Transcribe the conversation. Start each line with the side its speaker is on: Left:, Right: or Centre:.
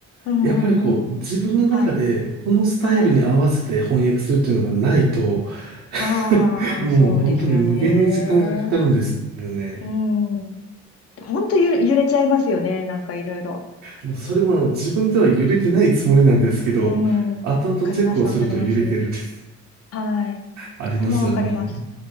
Left: うんうんうん。
Right: やっぱりこう自分の中でこのスタイルに合わせて翻訳するっていうのがないと、
Left: はい。はい。ああ、
Right: <laughs> もう本当に無限に時間がかかるんですよね。
Left: そうですよね。うん。ほんとゆれ、揺れちゃいますよね。なんかいろいろ。
Right: もうそれもあの自分では揺れてないつもりなんですけど、
Left: うん。わかります、
Right: 後々チェックをすると揺れてる。
Left: わかります。
Right: <laughs>
Left: はい。
Right: ありますよね。
Left: とてもわかります。